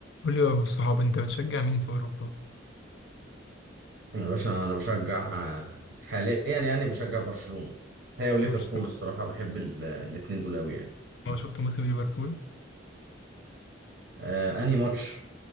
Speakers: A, on the left; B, on the right.
A: قول لي يا ابو الصحاب انت بتشجع مين في اوروبا
B: يا باشا انا بشجع حاليا يعني بشجع برشلونة هي وليفربول
A: برشلونه
B: الصراحة بحب ال- الاتنين دول قوي يعني
A: أنا شفت موسم ليفربول
B: آه انهي ماتش